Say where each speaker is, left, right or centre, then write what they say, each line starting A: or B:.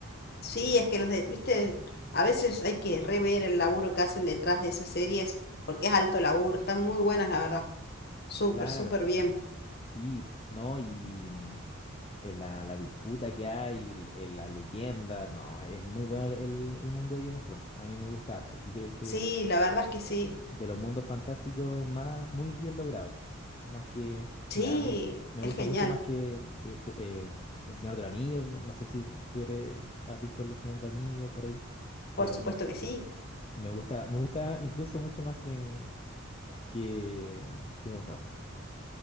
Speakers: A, on the left; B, on the left.
A: Sí, es que los de, viste, a veces hay que rever el laburo que hacen detrás de esas series, porque es alto laburo, están muy buenas, la verdad. Súper,
B: Claro.
A: súper bien.
B: Sí, ¿no? Y mm, eh, la, la disputa que hay, l- eh, la leyenda, no, es muy bueno el, el mundo de Game of Thrones. A mí me gusta harto. Yo creo que
A: Sí,
B: es
A: la verdad es que sí.
B: de los mundos fantásticos más, muy bien logrados. Más que,
A: Sí,
B: mira, a mí me gusta
A: es genial,
B: mucho más que, el- que ju- eh, El Señor del Anillo. No sé si tú eres, has visto El Señor del Anillo por ahí,
A: por
B: pero
A: supuesto
B: me,
A: que sí.
B: me gusta, me gusta incluso mucho más que, que Game of Thrones.